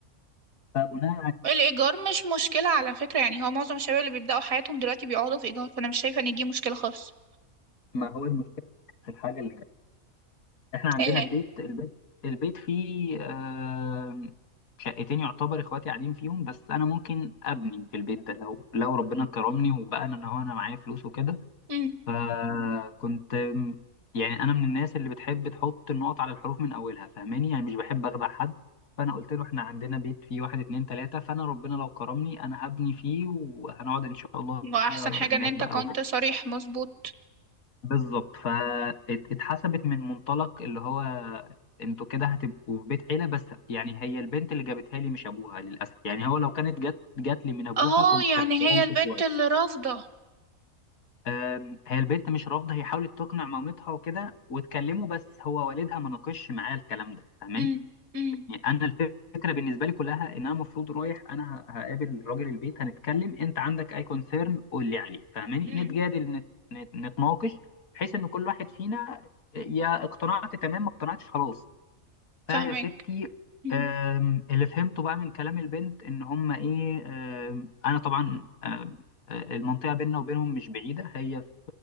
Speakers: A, on the left; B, on the right.
A: فبناء على
B: الإيجار مش مشكلة على فكرة يعني هو معظم الشباب اللي بيبدأوا حياتهم دلوقتي بيقعدوا في إيجار فأنا مش شايفة إن دي مشكلة خالص
A: ما هو المشكلة في الحاجة اللي احنا عندنا
B: ايه
A: بيت البيت البيت فيه آه، شقتين يعتبر اخواتي قاعدين فيهم بس انا ممكن ابني في البيت ده لو لو ربنا كرمني وبقى انا هو انا معايا فلوس وكده
B: مهم.
A: فكنت م- يعني انا من الناس اللي بتحب تحط النقط على الحروف من اولها فاهماني يعني مش بحب اخدع حد فانا قلت له احنا عندنا بيت فيه واحد اتنين تلاتة فانا ربنا لو كرمني انا هبني فيه وهنقعد ان شاء الله
B: واحسن حاجة
A: هناك
B: ان انت
A: بقى
B: كنت صريح مظبوط
A: بالظبط فاتحسبت من منطلق اللي هو انتوا كده هتبقوا في بيت عيلة بس يعني هي البنت اللي جابتها لي مش ابوها للاسف يعني هو لو كانت جت جات لي من ابوها
B: اه
A: كنت
B: يعني
A: احترمته
B: هي البنت
A: شوية
B: اللي رافضة
A: أم، هي البنت مش رافضة هي حاولت تقنع مامتها وكده واتكلموا بس هو والدها ما ناقشش معايا الكلام ده فاهماني
B: امم امم
A: يعني انا الفكره بالنسبه لي كلها ان انا المفروض رايح انا ه- هقابل راجل البيت هنتكلم انت عندك اي كونسيرن قول لي عليه فاهماني
B: امم
A: نتجادل نت... نت... نتناقش بحيث ان كل واحد فينا يا اقتنعت تمام ما اقتنعتش خلاص فيا
B: فاهمك
A: ستي
B: امم
A: آم، اللي فهمته بقى من كلام البنت ان هم ايه آم، انا طبعا آم، آه، المنطقه بيننا وبينهم مش بعيده هي في